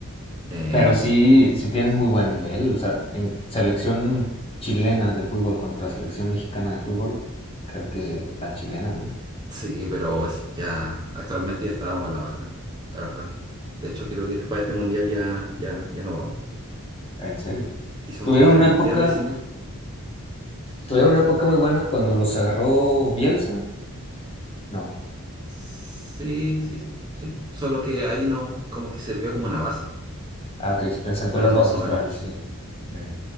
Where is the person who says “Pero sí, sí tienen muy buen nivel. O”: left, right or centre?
Left